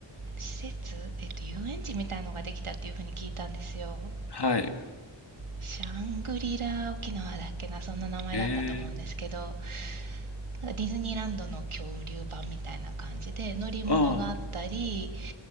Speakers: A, on the right; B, on the left.
A: 施設、えっと、遊園地みたいのができたっていうふうに聞いたんですよ。
B: はい。
A: シャングリラ沖縄だっけな、そんな名前だったと思うんですけど、
B: へえ。
A: なんかディズニーランドの恐竜版みたいな感じで、乗り物があったり、
B: ああ、